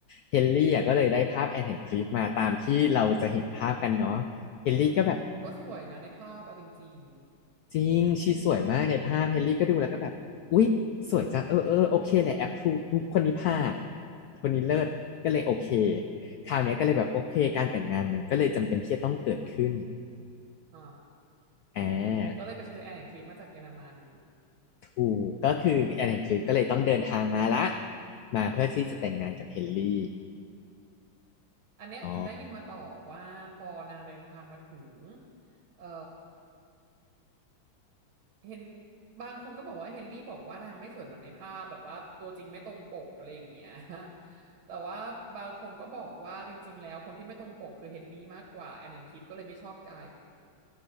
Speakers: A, on the left; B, on the right.
A: เฮนรี่อ่ะก็เลยได้ภาพแอนแห่งคลิฟมาตามที่เราจะเห็นภาพกันเนาะเฮนรี่ก็แบบ
B: อืมก็ก็สวยนะในภาพเอาจริง
A: จริงชีสวยมากในภาพเฮนรี่ก็ดูแล้วก็แบบอุ๊ยสวยจังเออเออโอเคแหละแอปพรูคนนี้ผ่านคนนี้เลิศก็เลยโอเคคราวเนี้ยก็เลยแบบโอเคการแต่งงานมันก็เลยจำเป็นที่จะต้องเกิดขึ้น
B: ๆอ่า
A: อ่า
B: ก็เลยไปเชิญแอนแอนคลิปมาจากเยอรมัน
A: ถูกก็คือแอนแห่งคลิฟก็เลยต้องเดินทางมาละมาเพื่อที่จะแต่งงานกับเฮนรี่
B: อันเนี้ยฉันได้ยินมาต่อว่าพอนางเดินทางมาถึง
A: อ๋อ
B: เอ่อเห็นบางคนก็บอกว่าเฮนรี่บอกว่านางไม่สวยเหมือนในภาพแบบว่าตัวจริงไม่ตรงปกอะไรอย่างเงี้ย <laughs> แต่ว่าบางคนก็บอกว่าจริงๆแล้วคนที่ไม่ตรงปกคือเฮนรี่มากกว่าแอนแอนคลิปก็เลยไม่ชอบใจ